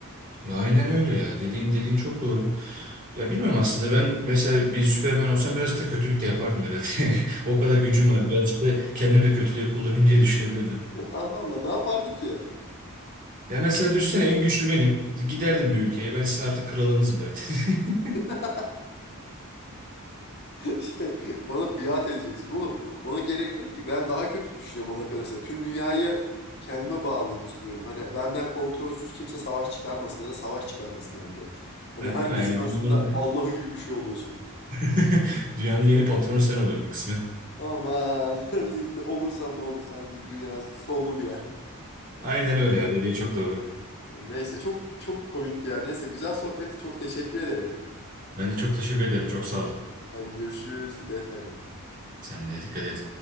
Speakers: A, on the right (about 40°); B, on the left (about 50°).
A: Ya aynen öyle ya. Dediğin dediğin çok doğru. Ya bilmiyorum aslında ben mesela bir Süperman olsam birazcık da kötülük de yapardım herhalde. <laughs> O kadar gücüm var. Birazcık da kendim de kötülüğe kullanayım diye düşünebilirdim.
B: <laughs> Allah Allah ne yapardın ki?
A: Ya mesela düşünsene en güçlü benim. Giderdim bir ülkeye. Ben sizin artık kralınızım derdim. <laughs>
B: <laughs> Şey, bana biat edeceksiniz oğlum. Ona gerek yok ki. Ben daha kötü düşünüyorum ona kalırsa. Tüm dünyayı kendime bağlayayım istiyorum. Hani benden kontrolsüz kimse savaş çıkarmasın ya da savaş çıkarmasınlar direkt. Hani
A: Ha,
B: herkesin
A: Değil mi yani
B: aslında
A: dünyanın
B: Allah'ı gibi bir şey oluyorsun.
A: <laughs> Dünyanın yeni patronu sen oluyorsun bir kısmen.
B: Aman <laughs> olursam ne olur sanki dünya sonlu bir yer.
A: Aynen öyle ya dediğin çok doğru.
B: Neyse çok çok komikti ya. Neyse güzel sohbet. Çok teşekkür ederim.
A: Ben de çok teşekkür ederim. Çok sağ ol.
B: Hadi görüşürüz. Dikkat et kendine.
A: Sen de dikkat et.